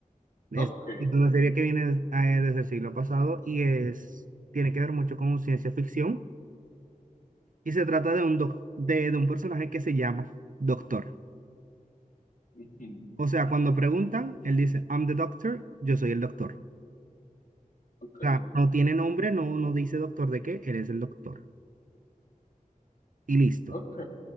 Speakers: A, on the right; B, on the left.
A: Es,
B: Ok,
A: es una serie que viene eh, desde el siglo pasado y es, tiene que ver mucho con ciencia ficción. Y se trata de un, doc- de, de un personaje que se llama Doctor.
B: ujú,
A: O sea, cuando preguntan, él dice, I'm the doctor, yo soy el doctor.
B: ok,
A: O sea, no tiene nombre, no, no dice doctor de qué, él es el doctor. Y listo.
B: ok.